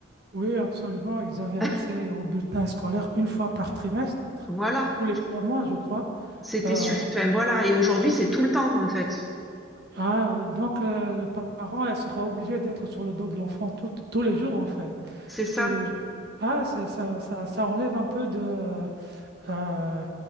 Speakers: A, on the right (about 55°); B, in the centre.
A: Oui, absolument. Ils avaient accès
B: <laughs>
A: au bulletin scolaire une fois par trimestre,
B: Voilà.
A: tous les trois mois, je crois.
B: C'était
A: Euh,
B: suffisant. Voilà. Et aujourd'hui, c'est tout le temps, en fait.
A: ah, donc, euh, le pa- parent elle sera obligé d'être sur le dos de l'enfant tout- tous les jours, en fait.
B: C'est ça.
A: Tous les jours. Ah, c'est- ça, ça, ça enlève un peu de... euh,